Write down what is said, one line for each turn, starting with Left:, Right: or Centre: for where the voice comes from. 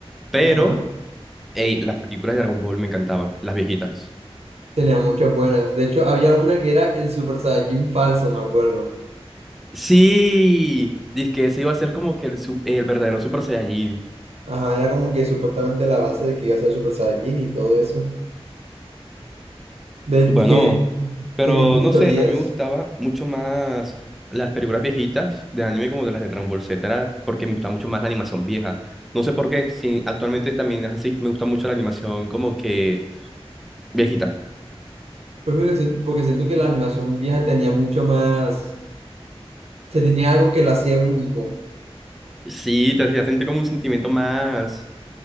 Centre: pero
Right: ajá,
Centre: ey, las películas de Dragon Ball me encantaban, las viejitas.
Right: tenía muchas buenas, de hecho había una que era el Super Saiyajin falso, me acuerdo.
Centre: Sí, dice que ese iba a ser como que el, su- el verdadero Super Saiyajin.
Right: Ajá, era como que supuestamente la base de que iba a ser Super Saiyajin y todo eso. de,
Centre: Bueno,
Right: de que
Centre: pero
Right: tiene muchas
Centre: no
Right: teorías.
Centre: sé, a mí me gustaba mucho más las películas viejitas de anime como de las de Dragon Ball Z, era porque me gusta mucho más la animación vieja. No sé por qué, sí, actualmente también es así, me gusta mucho la animación como que viejita.
Right: Pero creo que se- Porque siento que la animación vieja tenía mucho más, se tenía algo que lo hacía único.
Centre: Sí, te hacía sentir como un sentimiento más,